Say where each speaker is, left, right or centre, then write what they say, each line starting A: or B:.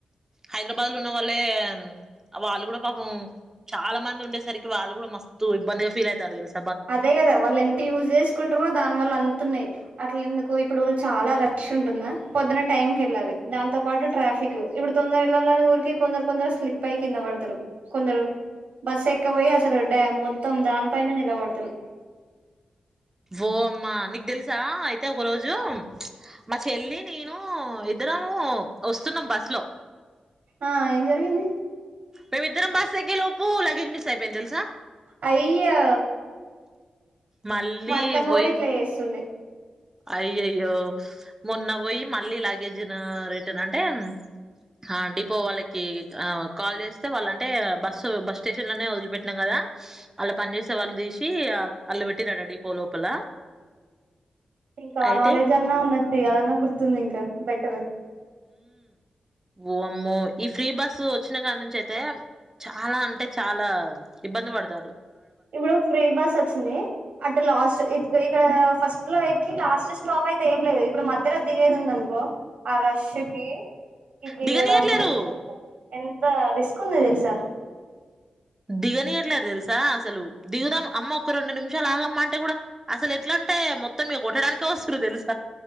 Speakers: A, on the right (about 20°); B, on the right (about 75°).
A: హైదరాబాద్ లో ఉన్న వాళ్ళే వాళ్ళు గూడా పాపం చాలా మంది ఉండేసరికి వాళ్ళు గూడా మస్తు ఇబ్బందిగా ఫీల్ అయితారు దెల్స
B: అదే గదా వాళ్ళు ఎంత యూజ్ జేసుకుంటారో దాని వల్ల అంతున్నాయ్ అట్లెందుకు ఇప్పుడు చాలా రష్షు ఉంటుందా పొద్దున టైంకెళ్ళాలి దాంతో పాటు ట్రాఫికు ఇప్పుడు తొందర ఎళ్ళాలని ఊరికి కొందరు కొందరు స్లిపై కింద వడతరు కొందరు బస్స్ ఎక్కవొయ్ అసలు డ్యామ్ మొత్తం దానిపైనే నిలబడతరు
A: ఓమ్మా నీకు దెలుసా అయితే ఒక రోజు మా చెల్లి నేను ఇద్దరము వస్తున్నాం బస్ లో
B: ఆ ఏం జరిగింది
A: మేమిద్దం బస్సెక్కే లోపు లగేజ్ మిస్ అయిపోయింది దెలుసా
B: అయ్యో
A: మళ్ళీ
B: మా అత్తమ్మ
A: వొయ్
B: కూడా ఇట్లా చేస్తుండే
A: అయ్యయ్యో మొన్న బొయి మళ్ళీ లాగేజీను రిటర్న్ అంటే కా డిపో వాళ్ళకి కాల్ జేస్తే వాళ్ళ అంటే బస్సు బస్ స్టేషన్ లోనే వదిలిపెటినాం కదా ఆ అళ్లా పని జేసే వాళ్ళు దీసి అల్ల పెట్టిండ్రట డిపో లోపల
B: ఇంకా ఆ
A: అయితే
B: నాలెడ్జ్ అన్నా ఉన్నది అదన్నా గుర్తుంది ఇంకా బెటరు
A: ఊ ఓమ్మో ఈ ఫ్రీ బస్ వచ్చిన కాన్నుంచి నుంచి అయితే చాలా అంటే చాలా ఇబ్బంది వడతారు
B: ఇబ్బుడు ఫ్రీ బస్ వొచ్చింది అట్ లాస్ట్ ఇప్పు ఇక ఫస్ట్ లో ఎక్కి లాస్ట్ స్టాప్ అయితే ఏం లేదు ఇప్పుడు మధ్యలో దిగేదుందనుకో ఆ రష్షుకి ఈ దిగడము
A: దిగనీయట్లేరు
B: ఎంత రిస్కుందో దెలుసా
A: దిగనియట్లేదు దెలుసా అసలు దిగుదాం అమ్మ ఒక రెండు నిమిషాలు ఆగమ్మా అంటే గూడా అసలు ఎట్లా అంటే మొత్తం మేం గొట్టడానికి వొస్తురు దెలుస్